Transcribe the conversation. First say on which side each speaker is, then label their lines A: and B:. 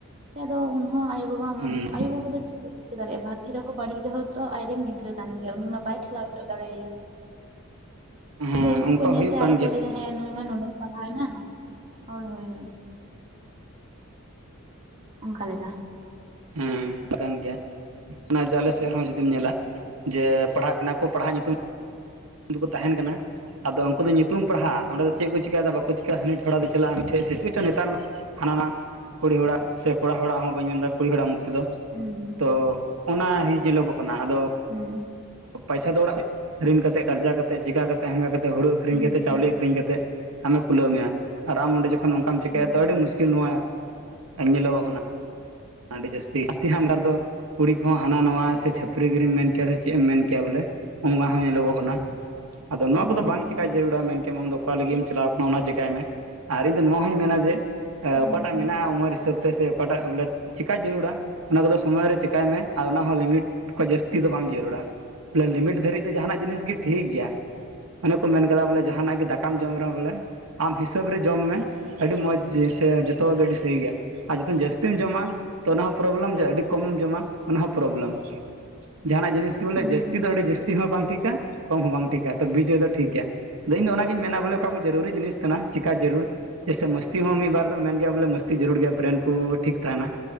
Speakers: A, on the right; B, on the right.
A: ᱥᱮ ᱟᱫᱚ ᱩᱱᱦᱚᱸ ᱟᱭᱳ ᱵᱟᱵᱟ ᱢᱚᱱ
B: ᱦᱮᱸ
A: ᱟᱭᱳ ᱵᱟᱵᱟ ᱫᱚ ᱪᱮᱫ ᱮ ᱪᱤᱠᱟᱹ ᱫᱟᱲᱮᱭᱟᱜᱼᱟ ᱵᱷᱟᱹᱜᱤ ᱨᱮᱦᱚᱸ ᱵᱟᱹᱲᱤᱡ ᱨᱮᱦᱚᱸᱚ ᱛᱚ ᱟᱡᱨᱮᱱ ᱜᱤᱫᱽᱨᱟᱹ ᱠᱟᱱ ᱜᱮᱭᱟᱟᱭ ᱩᱱᱤ ᱢᱟ ᱵᱟᱭ ᱴᱮᱞᱟᱣ ᱚᱪᱚᱜ ᱫᱟᱲᱮᱭᱟᱭᱟ
B: ᱦᱮᱸ
A: ᱟᱫᱚ ᱩᱱᱠᱩ
B: ᱚᱱᱠᱟ
A: ᱠᱚ ᱧᱮᱞ
B: ᱦᱩᱭᱩᱜ
A: ᱛᱮ
B: ᱠᱟᱱ
A: ᱟᱨᱚ ᱠᱚ
B: ᱜᱮᱭᱟ
A: ᱞᱟᱹᱭᱫᱟ ᱦᱮᱸ ᱱᱩᱭ ᱢᱟ ᱱᱩᱱᱟᱹᱜ ᱮ ᱯᱟᱲᱦᱟᱣᱮᱱᱟ ᱦᱳᱭ ᱦᱳᱭ ᱦᱳᱭ ᱚᱱᱠᱟ ᱞᱮᱠᱟ
B: ᱦᱮᱸ ᱠᱟᱱ ᱜᱮᱭᱟ ᱚᱱᱟ ᱡᱮ ᱟᱞᱮ ᱥᱮᱫ ᱨᱮᱦᱚᱸ ᱡᱩᱫᱤᱢ ᱧᱮᱞᱟ ᱡᱮ ᱯᱟᱲᱦᱟᱜ ᱠᱟᱱᱟ ᱠᱚ ᱯᱟᱲᱦᱟᱜ ᱧᱩᱛᱩᱢ ᱩᱱᱠᱩ ᱫᱚᱠᱚ ᱛᱟᱦᱮᱱ ᱠᱟᱱᱟ ᱟᱫᱚ ᱩᱱᱠᱩ ᱫᱚ ᱧᱩᱛᱩᱢ ᱯᱟᱲᱦᱟᱜ ᱚᱸᱰᱮ ᱫᱚ ᱪᱮᱫ ᱠᱚ ᱪᱤᱠᱟᱹᱭᱫᱟ ᱵᱟᱠᱚ ᱪᱤᱠᱟᱹ ᱦᱟᱹᱱᱤ ᱛᱷᱚᱲᱟ ᱫᱚ ᱪᱟᱞᱟᱜᱼᱟ ᱦᱟᱹᱱᱤ ᱴᱷᱮᱡ ᱥᱤᱪᱩᱭᱮᱥᱚᱱ ᱱᱮᱛᱟᱨ ᱢᱟ ᱦᱟᱱᱟ ᱱᱟ ᱠᱩᱲᱤ ᱦᱚᱲᱟᱜ ᱥᱮ ᱠᱚᱲᱟ ᱦᱚᱲᱟᱜ ᱦᱚᱸ ᱵᱟᱹᱧ ᱢᱮᱱᱫᱟ ᱠᱩᱲᱤ ᱦᱚᱲᱟᱜ ᱢᱚᱡᱽ ᱛᱮ ᱫᱚ
A: ᱦᱩᱸ ᱦᱩᱸ
B: ᱛᱚ ᱚᱱᱟ ᱦᱩᱭ ᱧᱮᱞᱚᱜᱚᱜ ᱠᱟᱱᱟ ᱟᱫᱚ
A: ᱦᱩᱸ
B: ᱯᱟᱭᱥᱟ ᱫᱚ ᱚᱲᱟᱜ ᱠᱷᱚᱡᱟᱜ ᱨᱤᱱ ᱠᱟᱛᱮᱫ ᱠᱟᱨᱡᱟ ᱠᱟᱛᱮᱫ ᱪᱤᱠᱟ ᱠᱟᱛᱮ ᱦᱟᱝᱠᱟ ᱠᱟᱛᱮ ᱦᱩᱲᱩ ᱟᱹᱷᱨᱤᱧ
A: ᱦᱩᱸ
B: ᱠᱟᱛᱮ
A: ᱦᱩᱸ
B: ᱪᱟᱣᱞᱮᱹ ᱟᱹᱠᱷᱨᱤᱧ ᱠᱟᱛᱮᱫ ᱟᱢᱮ ᱠᱩᱞᱟᱹᱣ ᱢᱮᱭᱟ ᱟᱨ ᱟᱢ ᱚᱸᱰᱮ ᱡᱚᱠᱷᱚᱱ ᱚᱱᱠᱟᱢ ᱪᱮᱠᱟᱹᱭᱟ
A: ᱦᱩᱸ ᱦᱩᱸ
B: ᱛᱚ ᱟᱹᱰᱤ ᱢᱩᱥᱠᱤᱞ ᱱᱚᱣᱟ ᱟᱨ ᱧᱮᱞᱚᱜᱚᱜ ᱠᱟᱱᱟ ᱟᱹᱰᱤ ᱡᱟᱹᱥᱛᱤ ᱡᱟᱹᱥᱛᱤ ᱦᱟᱸᱜ ᱱᱮᱛᱟᱨ ᱫᱚ ᱠᱩᱲᱤ ᱠᱚᱦᱚᱸ ᱦᱟᱱᱟ ᱱᱟ ᱥᱮ ᱪᱷᱟᱹᱯᱨᱤ ᱜᱤᱨᱤᱢ ᱢᱮᱱ ᱠᱮᱭᱟ ᱥᱮ ᱪᱮᱫ ᱮᱢ ᱢᱮᱱ ᱠᱮᱭᱟ ᱵᱚᱞᱮ ᱱᱚᱣᱟ ᱦᱚᱸ ᱧᱮᱞᱚᱜᱚᱜ ᱠᱟᱱᱟ ᱟᱫᱚ ᱱᱚᱣᱟ
A: ᱦᱩᱸ ᱦᱩᱸ
B: ᱠᱚᱫᱚ
A: ᱦᱩᱸ
B: ᱵᱟᱝ ᱪᱤᱠᱟ ᱡᱟᱹᱨᱩᱲᱟ ᱢᱮᱱᱠᱷᱟᱱ ᱟᱢᱫᱚ ᱚᱠᱟ ᱞᱟᱹᱜᱤᱫ
A: ᱴᱷᱤᱠ
B: ᱮᱢ ᱪᱟᱞᱟᱣ ᱠᱟᱱᱟ ᱚᱱᱟ ᱪᱤᱠᱟᱭ ᱢᱮ ᱟᱨ ᱤᱧᱫᱚ ᱱᱚᱣᱟ ᱦᱚᱸᱧ ᱢᱮᱱᱟ ᱡᱮ ᱮ
A: ᱦᱳᱭ
B: ᱚᱠᱟᱴᱟᱜ
A: ᱦᱳᱭ
B: ᱢᱮᱱᱟᱜᱼᱟ ᱩᱢᱮᱨ ᱦᱤᱥᱟᱹᱵᱽ ᱛᱮ ᱥᱮ ᱚᱠᱟᱴᱟᱜ ᱵᱚᱞᱮ ᱪᱮᱠᱟᱭ ᱡᱟᱹᱨᱩᱲᱟ ᱚᱱᱟ ᱠᱚᱫᱚ ᱥᱚᱢᱚᱭ ᱨᱮ ᱪᱮᱠᱟᱭ ᱢᱮ ᱟᱨ ᱚᱱᱟ ᱦᱚᱸ ᱞᱤᱢᱤᱴ ᱠᱷᱚᱡ ᱡᱟᱹᱥᱛᱤ ᱫᱚ ᱵᱟᱝ ᱡᱟᱹᱨᱩᱲᱟ ᱵᱚᱞᱮ ᱞᱤᱢᱤᱴ ᱫᱷᱟᱹᱨᱤᱡ ᱫᱚ ᱡᱟᱦᱟᱸᱱᱟᱜ ᱡᱤᱱᱤᱥ ᱜᱮ ᱴᱷᱤᱠ ᱜᱮᱭᱟ ᱚᱱᱮ ᱠᱚ ᱢᱮᱱ ᱠᱟᱫᱟ ᱵᱚᱞᱮ ᱡᱟᱦᱟᱸᱱᱟᱜ ᱜᱮ ᱫᱟᱠᱟᱢ ᱡᱚᱢ ᱨᱮᱦᱚᱸ ᱵᱚᱞᱮ ᱟᱢ ᱦᱤᱥᱟᱹᱵᱽ ᱨᱮ ᱡᱚᱢ ᱢᱮ ᱟᱹᱰᱤ ᱢᱚᱡᱽ ᱥᱮ ᱡᱚᱛᱚ ᱟᱹᱰᱤ ᱥᱟᱹᱦᱤ ᱜᱮᱭᱟ ᱟᱨ ᱡᱚᱛᱚ ᱡᱟᱹᱥᱛᱤᱢ ᱡᱚᱢᱟ ᱛᱚ ᱚᱱᱟ ᱦᱚᱸ ᱯᱨᱚᱵᱞᱮᱢ ᱡ ᱟᱹᱰᱤ ᱠᱚᱢᱮᱢ ᱡᱚᱢᱟ ᱚᱱᱟ ᱦᱚᱸ ᱯᱨᱚᱵᱞᱮᱢ ᱡᱟᱦᱟᱸᱱᱟᱜ ᱡᱤᱱᱤᱥ ᱵᱚᱞᱮ
A: ᱦᱩᱸ
B: ᱡᱟᱹᱥᱛᱤ ᱫᱚ ᱟᱹᱰᱤ ᱡᱟᱹᱥᱛᱤ ᱦᱚᱸ ᱵᱟᱝ ᱴᱷᱤᱠᱟ ᱠᱚᱢ ᱦᱚᱸ ᱵᱟᱝ ᱴᱷᱤᱠᱟ ᱛᱚ ᱵᱤᱡᱚᱭ ᱫᱚ ᱴᱷᱤᱠ ᱜᱮᱭᱟ ᱛᱤᱦᱤᱧ ᱫᱚ ᱚᱱᱟᱜᱤᱧ ᱢᱮᱱᱟ ᱵᱚᱞᱮ ᱚᱠᱟ ᱠᱚ ᱡᱟᱹᱨᱩᱨᱤ ᱡᱤᱱ ᱠᱟᱱᱟ ᱪᱮᱠᱟ ᱡᱟᱹᱨᱩᱲ ᱡᱮᱭᱥᱮ ᱢᱚᱥᱛᱤ ᱦᱚᱸ ᱢᱤᱫ ᱵᱟᱨ ᱫᱚ ᱢᱮᱱ ᱜᱮᱭᱟ ᱵᱚᱞᱮ ᱢᱚᱥᱛᱤ ᱡᱟᱹᱨᱩᱲ ᱜᱮᱭᱟ ᱵᱨᱮᱱ ᱠᱚ ᱴᱷᱤᱠ ᱛᱟᱦᱮᱱᱟ